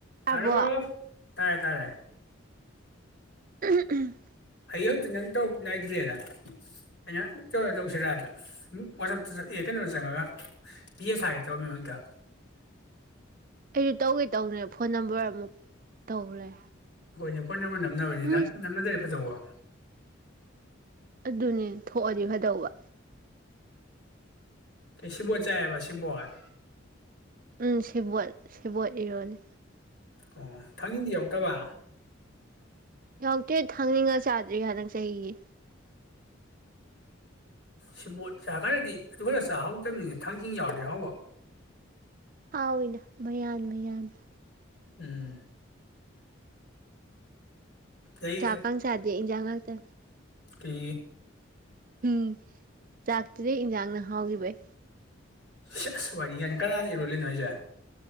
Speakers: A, on the right; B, on the left.
A: ꯌꯥꯕꯣ
B: ꯇꯥꯔꯕꯣ ꯇꯔꯦ ꯇꯥꯔꯦ
A: ꯎꯝ
B: ꯑꯩ ꯍꯦꯛꯇ ꯅꯪ ꯇꯧ ꯉꯏꯗ꯭ꯔꯦꯗ ꯑꯩꯅ ꯇꯧꯁꯤꯔꯗ ꯋꯥꯁꯞꯇ ꯑꯦ ꯀꯩꯅꯣ ꯆꯪꯉꯒ ꯌꯦꯁ ꯁꯥꯒꯦ ꯇꯧꯔꯝꯃꯤ ꯍꯧꯖꯤꯛꯇ
A: ꯑꯩꯁꯨ ꯇꯧꯒꯦ ꯇꯧꯅꯦ ꯐꯣꯟ ꯅꯝꯕꯔ ꯑꯃꯨꯛ ꯇꯧꯔꯦ
B: ꯍꯣꯏꯅꯤ ꯐꯣꯏꯅꯃꯟꯅꯣ ꯅꯝꯅꯕꯅꯤ
A: ꯃꯣꯏ
B: ꯅ ꯅꯝꯅꯖꯔꯤꯦ ꯐꯠꯇꯧꯕ
A: ꯑꯗꯨꯅꯦ ꯊꯣꯛꯑꯗꯤ ꯐꯗꯧꯕ
B: ꯁꯦꯚꯣꯠ ꯆꯥꯏꯕ ꯁꯦꯚꯣꯠ
A: ꯎꯝ ꯁꯦꯚꯣꯠ ꯁꯦꯕꯣꯠ ꯏꯔꯣꯜꯂꯤ
B: ꯑꯣ ꯊꯥꯡꯖꯤꯡꯗꯤ ꯌꯥꯎꯗꯕ
A: ꯌꯥꯎꯇꯦ ꯊꯥꯡꯖꯤꯡꯒ ꯆꯥꯗ꯭ꯔꯤ ꯍꯟꯗꯛ ꯆꯍꯤꯒꯤ
B: ꯁꯦꯕꯣꯠ ꯆꯥꯈ꯭ꯔꯗꯤ ꯑꯗꯨ ꯈꯔ ꯆꯥꯍꯧꯗꯕꯅꯤꯅ ꯊꯥꯡꯖꯤꯡ ꯌꯥꯎꯔꯗꯤ ꯍꯥꯎꯕ
A: ꯍꯥꯎꯏꯗ ꯃꯌꯥꯟ ꯃꯌꯥꯟ
B: ꯎꯝ ꯑꯗꯩ
A: ꯆꯥꯛꯀꯝ ꯆꯗꯦ ꯏꯟꯖꯥꯡ ꯉꯥꯛꯇ
B: ꯀ
A: ꯎꯝ ꯆꯥꯛꯇꯨꯗꯩ ꯏꯟꯖꯥꯡꯅ ꯍꯥꯎꯈꯤꯕꯩ
B: ꯁꯦꯁ ꯋꯥꯔꯤ ꯀꯥꯏꯅ ꯀꯅ ꯏꯔꯣꯜꯂꯤ ꯅꯣ ꯍꯥꯏꯖꯦ